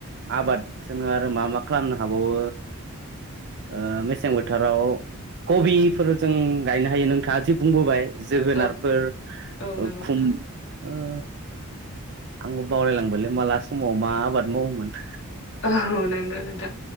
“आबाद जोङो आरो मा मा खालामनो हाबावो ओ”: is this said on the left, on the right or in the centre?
Right